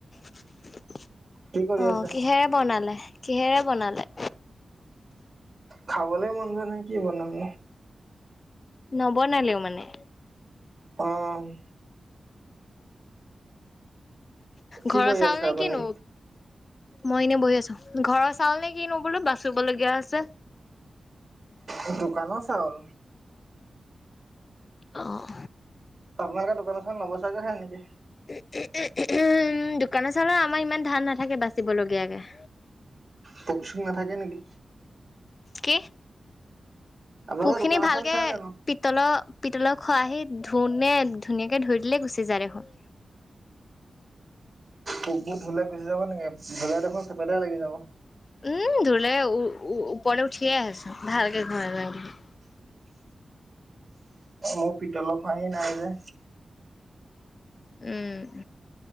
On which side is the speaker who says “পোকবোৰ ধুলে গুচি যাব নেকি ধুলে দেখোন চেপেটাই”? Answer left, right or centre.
Right